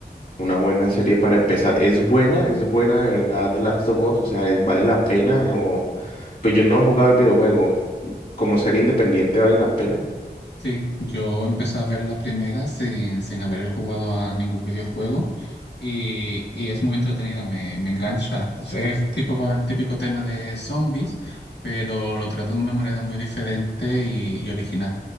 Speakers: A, on the left (about 55°); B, on the left (about 80°).
A: Una buena serie para empezar. ¿Es buena? ¿Es buena de verdad The Last of Us? O sea, ¿es- ¿vale la pena? O... Pues yo no he jugado el videojuego. ¿Como serie independiente vale la pena?
B: Sí, yo empecé a ver la primera sin, sin haber jugado a ningún videojuego. y, y es muy entretenida, me, me engancha. Es, es tipo con el típico tema de zombies, pero lo trata de una manera muy diferente y, y original.